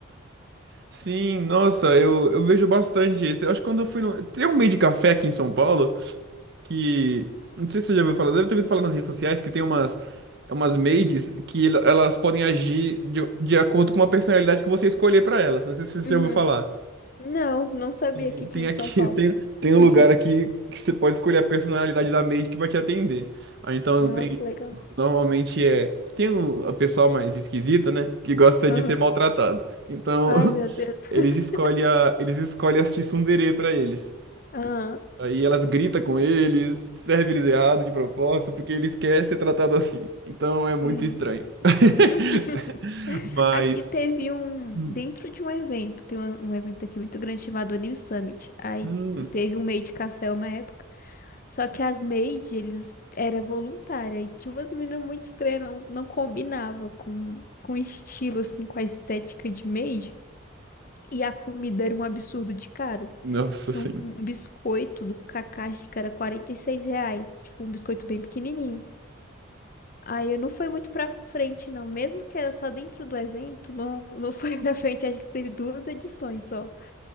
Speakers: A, on the right; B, on the left.
A: Sim, nossa, eu, eu vejo bastante isso. Eu acho que quando eu fui no. Tem um meio de café aqui em São Paulo que. Não sei se você já ouviu falar, deve ter ouvido falar nas redes sociais que tem umas, umas maids que el- elas podem agir de, de acordo com uma personalidade que você escolher pra elas. Não sei se você
B: Uhum.
A: já ouviu falar.
B: Não, não sabia
A: Tem
B: que tinha
A: tem
B: em
A: aqui,
B: São Paulo.
A: <laughs> tem, tem um
B: <laughs>
A: lugar aqui que você pode escolher a personalidade da maid que vai te atender. Ah, então
B: Nossa,
A: tem,
B: legal.
A: normalmente é, tem um, a pessoa mais esquisita, né, que gosta
B: Aham.
A: de ser maltratado. Então,
B: Ai,
A: <laughs>
B: meu Deus.
A: eles
B: <laughs>
A: escolhem a, eles escolhem as tsundere pra eles.
B: Aham.
A: Aí elas gritam com eles, servem eles errado de propósito, porque eles querem ser tratado assim. Então é muito
B: Hum.
A: estranho. <laughs>
B: <laughs>
A: Mas,
B: Aqui teve um.
A: hum,
B: Dentro de um evento, tem um, um evento aqui muito grande chamado Anime Summit. Aí
A: hum,
B: teve um maid café uma época. Só que as maid, eles era voluntária e tinha umas meninas muito estranhas, não, não combinava com, com o estilo, assim, com a estética de maid. E a comida era um absurdo de caro.
A: nossa,
B: Tinha
A: sim.
B: um, um biscoito do Kakashi que era 46 reais, tipo um biscoito bem pequenininho. Aí eu não foi muito pra frente, não. Mesmo que era só dentro do evento, não, não foi <laughs> pra frente. Acho que teve duas edições só.